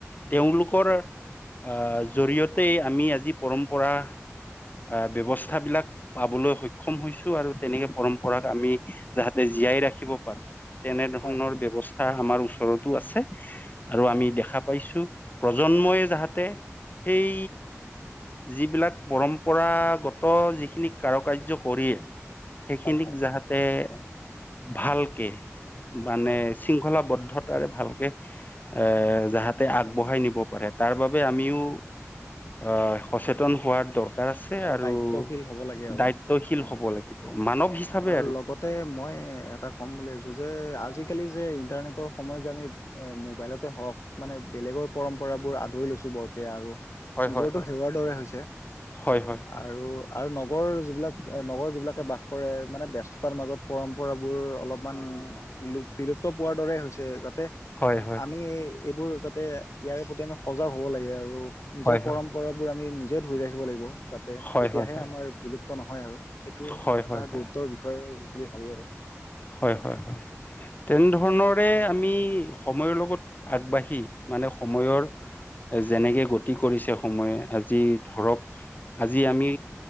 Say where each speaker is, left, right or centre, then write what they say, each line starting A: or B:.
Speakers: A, on the left; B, on the left.
A: তেওঁলোকৰ- আ'জৰিয়তে আমি আজি পৰম্পৰা-
B: <inaudible>
A: আ' ব্যৱস্থা বিলাক পাবলৈ সক্ষম হৈছো আৰু তেনেকে পৰম্পৰাক আমি যাহতে জীয়াই। ৰাখিব পাৰো। তেনেধৰণৰ
B: হয়
A: ব্যৱস্থা আমাৰ ওচৰতো আছে আৰু আমি দেখা পাইছো। প্ৰজন্মই যাহাতে সেই যিবিলাক পৰম্পৰাগত যিখিনিক কাৰু কাৰ্য কৰি সেইখিনিক
B: হয় হয়
A: যাহতে- ভালকে মানে
B: হয়
A: শৃংখলাবদ্ধ- ৰে ভালকে এ যাহাতে আগবঢ়াই নিব পাৰে তাৰ বাবে আমিও- অ' সচেতন হোৱাত আছে আৰু
B: দায়িত্বশীল হ'ব লাগে আৰু
A: দায়িত্বশীল
B: অ'
A: হব লাগিব। মানৱ হিচাপে
B: অ, আৰু লগতে মই এটা ক'ম বুলি ভাবিছো যে আজিকালি যে ইণ্টাৰনেটৰ সময়ত যে আমি মোবাইলতে হওঁক মানে বেলেগৰ পৰম্পৰাবোৰ আদৰি লৈছোঁ বৰকৈ আৰু-
A: হয়
B: নিজৰটো
A: হয় হয়।
B: সেৱাৰ দৰে হৈছে।
A: হয় হয়
B: আৰু আৰু নগৰ যিবিলাক নগৰৰ যিবিলাকে বাস- কৰে মানে ব্যস্তৰ মাজত পৰম্পৰাবোৰ অলপমান বিলুপ্ত পোৱাৰ দৰে হৈছে। যা তে
A: হয়
B: আমি এইবোৰ যাতে ইয়াৰে প্ৰতি আমি সজাগ হ'ব লাগে আৰু-
A: হয়
B: নিজৰ পৰম্পৰাবোৰ আমি নিজে ধৰি ৰাখিব লাগিব যাতে
A: হয়
B: তেতিয়াহে
A: হয় হয় হয়
B: আমাৰ বিলুপ্ত নহয় আৰু সেইটো
A: হয় হয়
B: এটা
A: হয় হয়।
B: গুৰুত্বৰ বিষয় বুলি ভাবোঁ আৰু।
A: হয়, হয়, হয় তেনেধৰণৰে
B: হয়
A: আমি- সময়ৰ লগত আগবাঢ়ি মানে সময়ৰ- এ যেনেকে গতি কৰিছে সময়ে আজি ধৰক- আজি আমি